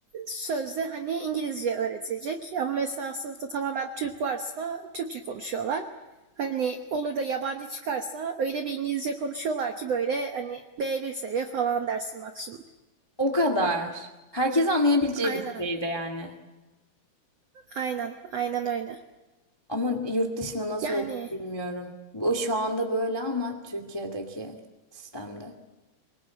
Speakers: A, on the right; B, on the left.
A: sözde hani İngilizce öğretilecek ama mesela sınıfta tamamen Türk varsa Türkçe konuşuyorlar. Hani olur da yabancı çıkarsa öyle bir İngilizce konuşuyorlar ki böyle hani B1 seviye falan dersin maksimum.
B: O kadar. Herkes anlayabileceği
A: Aynen.
B: bir şeydi yani.
A: Aynen. Aynen öyle.
B: Ama yurt dışında nasıl
A: Yani
B: olduğunu bilmiyorum. Bu şu anda böyle ama Türkiye'deki sistemde.